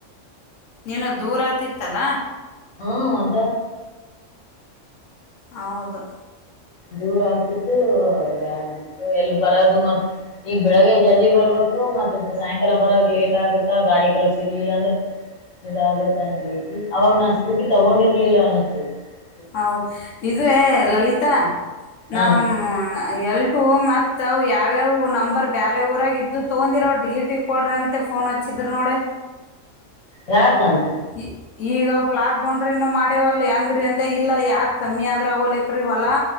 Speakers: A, on the left (about 65°); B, on the left (about 80°).
A: ನೀನು ದೂರ ಆತಿತ್ತಲಾ
B: ಹ್ಮ ಅಂತ
A: ಹೌದು
B: ದೂರ ಆಗ್ತಿತ್ತು ಎ್ಯಾಡ ಎಲ್ಲಿ ಬರೋದು ಮತ್ ಈಗ ಬೆಳಗ್ಗೆ ಜಲ್ದಿ ಬರ್ಬೇಕು ಮತ್ ಸಾಯಂಕಾಲ ಬರಾಗ ಲೇಟ್ ಆಗತ್ತ ಗಾಡಿಗಳು ಸಿಗ್ಲಿಲ್ಲ ಅಂದ್ರೆ ಲೇಟ್ ಆಗುತ್ತ ಅನ್ಬೇಕಿ ಅವಾಗ ನಾ ಸ್ಕೂಟಿ ತಗೊಂಡಿರ್ಲಿಲ್ಲ ಅಲ್ಲ ಹ್ಮ
A: ಹೌದು ಇದೆ ಲಲಿತ್ ತಾ ನಮ್
B: ಹಾ
A: ಹೆ ಟು ಮತ್ತುತ್ತ ಅವು ಯಾವ್ಯಾವವು ನಂಬರ್ ಬೇರೆ ಊರಾಗಿದ್ದು ತೊಗೊಂಡಿರ ಅವವು ಡಿಲೀಟ್ ಇಕೊಳ್ರ ಅಂತೆ ಫೋನ್ ಹಚ್ಚಿದ್ರ ನೋಡಿ
B: ಹಾ ಅಂತೆ
A: ಈ- ಈಗ ಪ್ಲಾಟ್ ಬೌಂಡ್ರಿನ ಮಾಡೇವಲ್ ಹೆಂಗ್ರೀ ಅಂದೆ ಇಲ್ಲ ಯಾಕ ಕಮ್ಮಿ ಆದ್ರ ಆಗೋಲಕ್ರೀ ಹೊಲಾ